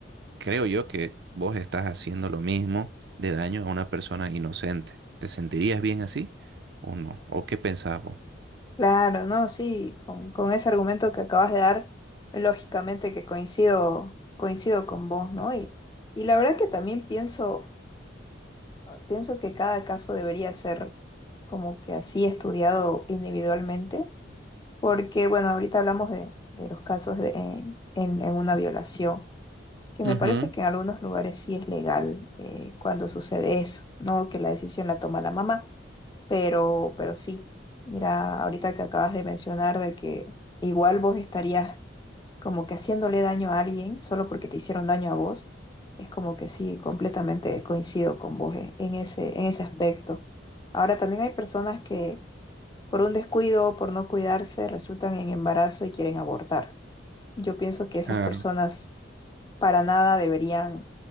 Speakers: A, on the right; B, on the left.
A: creo yo que vos estás haciendo lo mismo de daño a una persona inocente. ¿Te sentirías bien así o no? ¿O qué pensás vos?
B: claro, no, sí, con, con ese argumento que acabas de dar, lógicamente que coincido, coincido con vos, ¿no? Y, y la verdad que también pienso, pienso que cada caso debería ser como que así estudiado individualmente Porque, bueno, ahorita hablamos de, de los casos de, en, en- en una violación, que
A: Ujú,
B: me parece que en algunos lugares sí es legal eh, cuando sucede eso, ¿no? Que la decisión la toma la mamá, pero, pero sí, mira, ahorita que acabas de mencionar de que igual vos estarías como que haciéndole daño a alguien solo porque te hicieron daño a vos, es como que sí, completamente coincido con vos eh, en ese, en ese aspecto. Ahora, también hay personas que por un descuido, por no cuidarse, resultan en embarazo y quieren abortar. Yo pienso que esas
A: claro.
B: personas para nada deberían